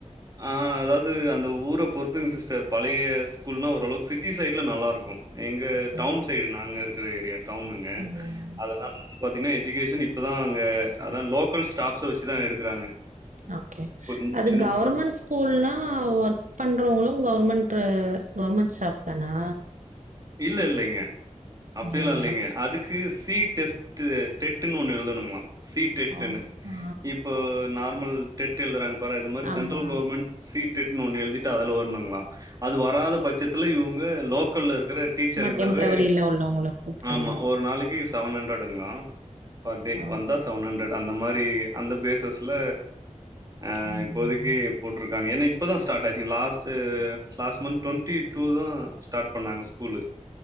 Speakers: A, on the right; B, on the right.
A: ஆ அதாவது அந்த ஊர பொறுத்துங்க சிஸ்டர் பழைய ஸ்கூல்னா ஓரளவுக்கு சிட்டி சைட் உள்ள நல்லா இருக்கு எங்க
B: ஓகே.
A: டவுன் சைடு நாங்க இருக்கிற ஏரியா டவுனுங்க
B: ம்.
A: அதனால பாத்தீங்கன்னா எஜுகேஷன் இப்பதான் அங்க அதா லோக்கல் ஸ்டாப்ஸ வச்சுதா எடுக்குறாங்க
B: ஓக்கே
A: கொஞ்சம்
B: அது கவர்மெண்ட்
A: ஃபுல்
B: டு ஸ்கூல்னா ஒர்க் பண்றவங்களு கவர்மெண்ட்டு கவர்மெண்ட் ஸ்டாப் தானா
A: இல்ல இல்லைங்க அப்டிலா
B: இல்லையா?
A: இல்லைங்க அதுக்கு சி டெஸ்டு டெட்ன்னு ஒண்ணு எழுதணுமா சி டெட்டுனு
B: ஓ! ஆ.
A: இப் ப நார்மல் டெட் எழுதுறாங்க பாரு அது மாறி
B: ஆமா.
A: சென்ட்ரல் கவர்மெண்ட் சீ டெட்டுன்னு ஒண்ணு எழுதிட்டு அதுல வரணுங்களா அது வராத பட்சத்துல இவங்க லோக்கல்ல இருக்கிற டீச்சருங்களாவே
B: சும்மா டெம்பரவரில உள்ளவங்கள கூப்ட்டு
A: ஆமா ஒரு நாளைக்கு செவன் ஹண்ரட் ளா பெர் டே
B: ஆ.
A: வந்தா செவன் ஹண்ரட் அந்த மாறி அந்த பேசஸ்ல ஆ
B: ஓகே. ம்.
A: இப்போதைக்கு போட்ருக்காங்க ஏன்னா இப்ப தா ஸ்டார்ட் ஆச்சு last last month twenty two தா ஸ்டார்ட் பண்ணாங்க school